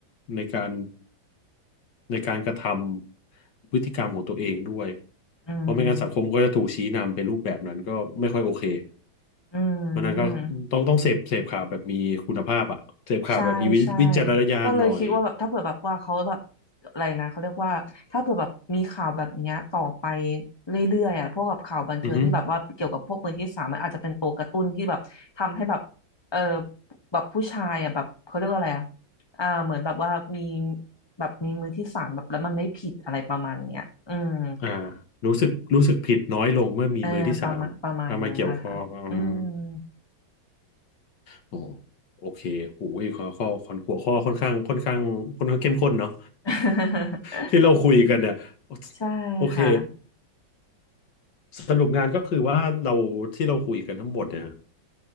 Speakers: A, on the left; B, on the left.
A: ในการในการกระทำพฤติกรรมของตัวเองด้วย
B: อืม
A: เพราะไม่งั้นสังคมก็จะถูกชี้นำเป็นรูปแบบนั้นก็ไม่ค่อยโอเค
B: อืม
A: เพราะฉะนั้นก็ต้องต้องเสพเสพข่าวแบบมีคุณภาพอ่ะเสพข่าวแบบมีวิวิจารณญาณหน่อย
B: ใช่ ใช่ก็เลยคิดว่าแบบถ้าเผื่อแบบว่าเขาแบบอะไรนะเขาเรียกว่าถ้าเผื่อแบบมีข่าวแบบเนี้ยต่อไปเรื่อยๆอ่ะพวกแบบข่าวบันเทิงที่แบบว่าเกี่ยวกับพวกมือที่สามมันอาจจะเป็นตัวกระตุ้นที่แบบทำให้แบบเออ
A: อือฮึ
B: แบบผู้ชายอ่ะแบบเขาเรียกว่าอะไรอ่ะอ่าเหมือนแบบว่ามีแบบมีมือที่สามแบบแล้วมันไม่ผิดอะไรประมาณเนี้ยอืม
A: อ่ารู้สึกรู้สึกผิดน้อยลงเมื่อมีมือที่สามมามาเกี่ยวข้องอืม
B: เออประมาณประมาณนั้นนะคะอืม
A: โอ้โอเคโอ้ยข้อข้อข้อหัวข้อค่อนข้างค่อนข้างค่อนข้างเข้มข้นเนาะ
B: <laughs>
A: <laughs> ที่เราคุยกันเนี่ย
B: ใช่ค่ะ
A: โอเคสรุปงานก็คือว่าเราที่เราคุยกันทั้งหมดเนี่ย